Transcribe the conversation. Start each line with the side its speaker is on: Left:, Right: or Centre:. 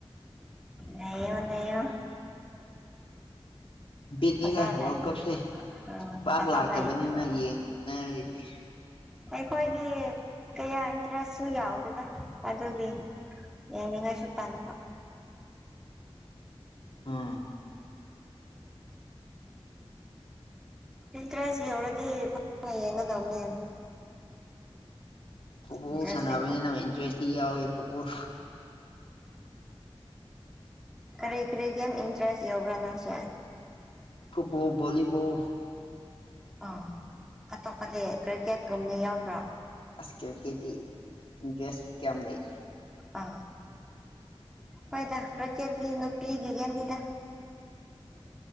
Centre: ꯅꯣ ꯅꯩꯣ
Left: ꯕꯤꯠꯅꯤꯅꯦ
Centre: ꯐꯖꯅ
Left: ꯋꯥꯔꯜ ꯀꯞꯅꯤ
Centre: ꯎꯝ
Left: ꯄꯥꯛ
Centre: ꯐꯖꯅ
Left: ꯂꯥꯛꯇꯕꯅꯤꯅ
Centre: ꯌꯦꯡꯊꯣꯛꯑꯣ
Left: ꯌꯦꯡꯅꯔꯤꯅꯤ
Centre: ꯑꯩꯈꯣꯏꯗꯤ ꯀꯌꯥ ꯏꯟꯇꯔꯦꯁꯁꯨ ꯌꯥꯎꯗꯦꯅ ꯑꯗꯨꯒꯤ
Left: ꯎꯝ
Centre: ꯌꯦꯉ ꯉꯁꯨ ꯇꯅꯤꯡ
Left: ꯑꯥ
Centre: ꯏꯟꯇꯔꯦꯁ ꯌꯧꯔꯗꯤ ꯐ ꯌꯦꯡꯒꯗꯕꯅꯦ
Left: ꯐꯨꯠꯕꯣꯜ
Centre: ꯏꯟꯇꯔꯦꯁ
Left: ꯁꯥꯟꯅꯕꯅꯤꯅ
Centre: ꯂꯩꯇꯕꯒꯤ
Left: ꯏꯟꯇꯔꯦꯁꯇꯤ ꯌꯥꯎꯋꯤ ꯐꯨꯠꯕꯣꯜ
Centre: ꯀꯔꯤ ꯀꯔꯤ ꯒꯦꯝ ꯏꯟꯇꯔꯦꯁ ꯌꯎꯕ꯭ꯔꯥ ꯅꯪꯁꯦ
Left: ꯐꯨꯠꯕꯣꯜ ꯚꯣꯂꯤꯕꯣꯜ
Centre: ꯑꯥ ꯑꯇꯣꯞꯄꯗꯤ ꯀ꯭ꯔꯤꯛꯀꯦꯠꯀꯨꯝꯅꯤ ꯌꯥꯎꯗ꯭ꯔꯣ
Left: ꯑꯁ ꯀꯦꯀꯤꯦꯗꯤ ꯏ ꯦꯁ ꯀ ꯂꯩ
Centre: ꯑ ꯍꯣꯏꯗ ꯀꯀꯦꯠꯗꯤ ꯅꯨꯄꯤꯤꯒꯒꯦꯟꯗ